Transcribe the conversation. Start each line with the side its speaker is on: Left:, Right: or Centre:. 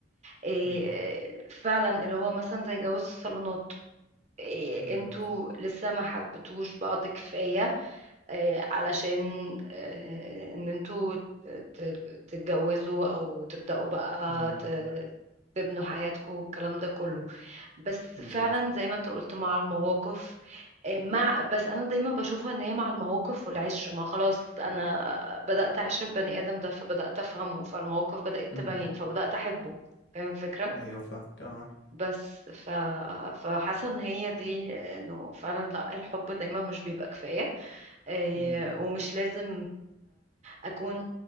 Right: إيه
Left: مم،
Right: فعلا اللي هو مثلا زي جواز الصالونات إيه
Left: مم،
Right: انتوا لسه ما حبتوش بعض كفاية إيه علشان إيه ان انتوا ت- تتجوزوا او تبدأوا بقى
Left: مم،
Right: ت- تبنوا حياتكم والكلام ده كله بس
Left: بالظبط
Right: فعلا زي ما انت قلت مع المواقف إيه مع بس انا دايما بشوفها ان هي مع المواقف والعشره ما خلاص انا بدات اعشر البني ادم ده فبدات افهمه فالمواقف بدات
Left: مم،
Right: تبين فبدات احبه فاهم الفكره
Left: ايوه فاهم اه
Right: بس ف... فحاسه ان هي دي انه فعلا لا الحب دايما مش بيبقى كفايه آه،
Left: مم،
Right: ومش لازم اكون